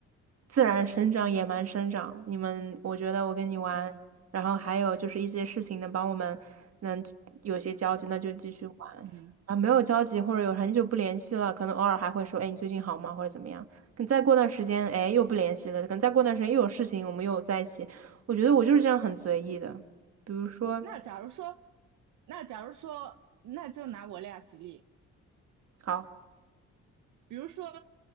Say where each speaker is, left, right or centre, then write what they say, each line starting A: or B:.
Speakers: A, on the right (about 55°); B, on the right (about 80°).
A: 自然生长、野蛮生长。你们，我觉得我跟你玩，
B: 嗯
A: 然后还有就是一些事情能帮我们能有些交集，那就继续玩。
B: 嗯。
A: 啊，没有交集或者有很久不联系了，可能偶尔还会说，哎，你最近好吗？或者怎么样？可再过段时间，哎，又不联系了，可能再过段时间又有事情，我们又在一起。我觉得我就是这样很随意的，比如说，
B: 那假如说，那假如说，那就拿我俩举例。
A: 好，
B: 比如说，